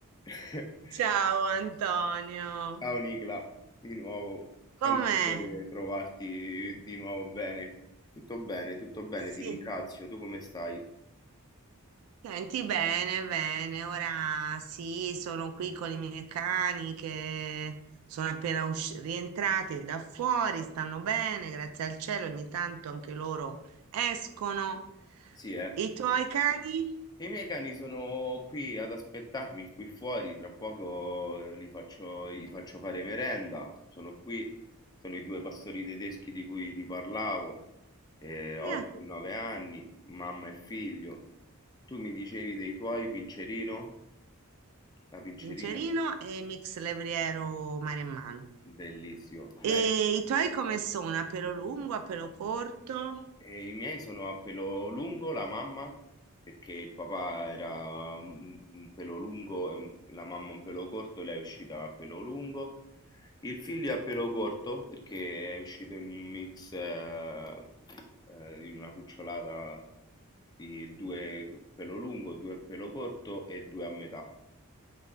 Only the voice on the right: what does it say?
Ciao Antonio,
com'è?
Sì,
senti bene, bene. Ora sì, sono qui con i miei cani che sono appena usci- rientrati da fuori, stanno bene, grazie al cielo, ogni tanto anche loro escono.
I tuoi cani?
Eh,
Vincerino e Mix Levriero Maremmano.
E
i tuoi come sono? A pelo lungo, a pelo corto?